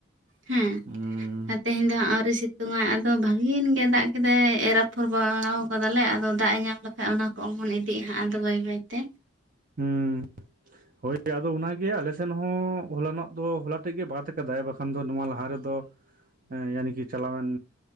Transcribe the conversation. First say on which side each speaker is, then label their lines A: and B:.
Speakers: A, on the right (about 85°); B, on the right (about 45°).
A: ᱦᱮᱸ
B: ᱩᱸ
A: ᱟᱨ ᱛᱮᱦᱮᱧ ᱫᱚ ᱟᱹᱣᱨᱤ ᱥᱤᱼᱼ ᱥᱤᱛᱩᱝ ᱟᱭ ᱟᱫᱚ ᱵᱷᱟᱜᱤᱭᱮᱱ ᱜᱮ ᱫᱟᱜ ᱠᱮᱫᱟᱭ ᱮᱨ ᱟᱯᱷᱚᱨ ᱵᱟᱲᱟ ᱠᱟᱫᱟᱞᱮ ᱟᱫᱚ ᱫᱟᱜ ᱮ ᱧᱟᱢ ᱞᱮᱠᱷᱟᱡ ᱚᱱᱟ᱾ ᱠᱚᱜ ᱵᱚᱱ ᱤᱫᱤᱜ ᱦᱟᱸᱜ ᱟᱫᱚ ᱵᱟᱹᱭ ᱵᱟᱹᱭ ᱛᱮ᱾
B: ᱦᱩᱸᱻ ᱦᱳᱭ ᱟᱫᱚ ᱚᱱᱟᱜᱮ ᱟᱞᱮᱥᱮᱱ ᱦᱚᱸ ᱦᱚᱞᱟᱱᱚᱜ ᱫᱚ ᱦᱚᱞᱟ ᱛᱮᱜ ᱜᱮ ᱵᱟᱫ ᱟᱠᱟᱫᱟᱭ ᱵᱟᱠᱷᱟᱡᱼᱼ ᱠᱷᱟᱱ ᱫᱚ ᱱᱚᱣᱟ ᱞᱟᱦᱟ ᱨᱮᱫᱚ ᱮᱭᱟᱱᱤ ᱪᱟᱞᱟᱣᱮᱱᱼᱼ